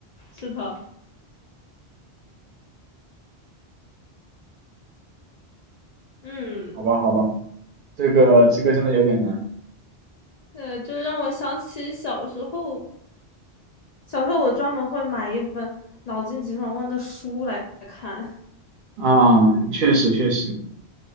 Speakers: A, on the left (about 50°); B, on the right (about 60°).
A: 是的，嗯，
B: 好吧，好吧，这个这个真的有点难
A: 呃，就让我想起小时候，小时候我专门会买一本脑筋急转弯的书来看。
B: 啊。确实确实，